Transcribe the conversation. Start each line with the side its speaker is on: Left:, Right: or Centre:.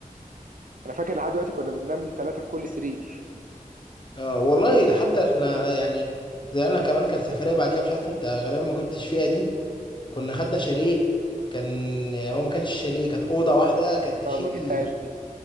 Right: انا فاكر لحد دلوقتي كنا بننام ثلاثه في كل سرير
Left: آه والله حتى احنا يعني طلعنا كمان كان سفرية بعديها مش عارف انت غالبا ما كنتش فيها دي كنا خدنا شاليه كان هو ما كانش شاليه كانت أوضة واحدة كانت تشيل
Right: فما جيتهاش دي